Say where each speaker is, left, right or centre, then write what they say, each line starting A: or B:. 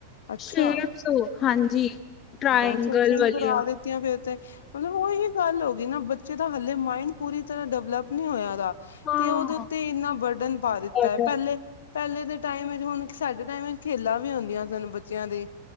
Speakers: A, on the left; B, on the left.
A: ਅੱਛਾ
B: ਸੇ਼ਪਸ ਹਾਂਜੀ। ਟਰਾਇੰਗਲ
A: ਬਹੁਤ ਸੋਚੇ ਨੂੰ
B: ਵਾਲੀਆਂ
A: ਘਰਾ ਦਿੱਤੀਆਂ ਫੇਰ ਤੇ ਮਤਲਬ ਉਹੀ ਗੱਲ ਹੋ ਗਈ ਨਾ ਬੱਚੇ ਦਾ ਹਲੇ ਮਾਇੰਡ ਪੂਰੀ ਤਰ੍ਹਾਂ ਡਿਵਲਪ ਨੀ ਹੋਇਆ ਦਾ
B: ਹਾਂ
A: ਤੇ ਉਦੇ ਉੱਤੇ ਇੰਨਾ ਬਰਡਨ ਪਾ ਦਿੱਤਾ
B: ਬਟਨ
A: ਆ ਪਹਿਲੇ ਪਹਿਲੇ ਦੇ ਟਾਈਮ ਵਿੱਚ ਹੁਣ ਸਾਡੇ ਟਾਈਮ ਵਿੱਚ ਖੇਲਾਂ ਵੀ ਹੁੰਦੀਆਂ ਸਨ ਬੱਚਿਆਂ ਦੇ